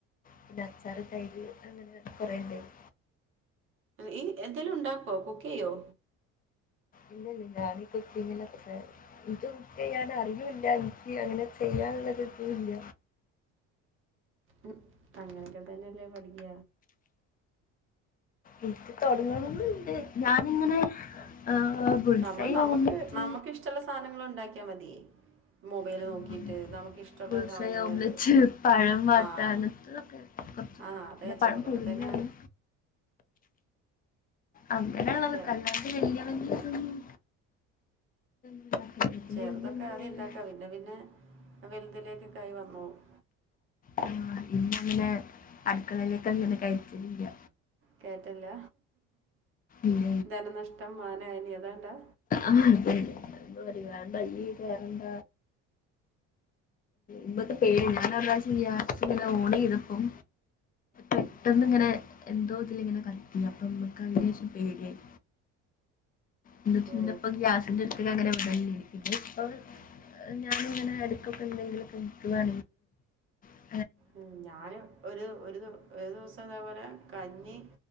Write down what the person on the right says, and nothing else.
ഈ എന്തേലുംണ്ടാക്കോ കുക്കെ യ്യോ?
ഉം അങ്ങനൊക്കെ തന്നെയല്ലേ പഠിക്ക.
നമ്മള് നമ്മക്ക്
നമ്മുക്ക് ഇഷ്ടള്ള സാധനങ്ങൾ ഒണ്ടാക്കിയാ മതി. മൊബൈല്
നോക്കിയിട്ട് നമുക്കി ഷ്ടമുള്ള
സാധനങ്ങള്
ആഹ്
ആഹ്
അതെ
ചെറുതൊക്കെ
തന്നാ.
ചെ-
ചെറുതൊക്കെ
ആദ്യ
ഉണ്ടാക്കാം പിന്നെ പിന്നെ വെലുതി ലേക്കൊക്കായി വന്നോളും
കേറ്റല്ല
ധനനഷ്ടം മാനഹാനി അതാണ്ടാ
ഓ
ഉം ഞാന് ഒരു ഒരു ദി ഒരു ദിവസം ഇതേപോലെ കഞ്ഞി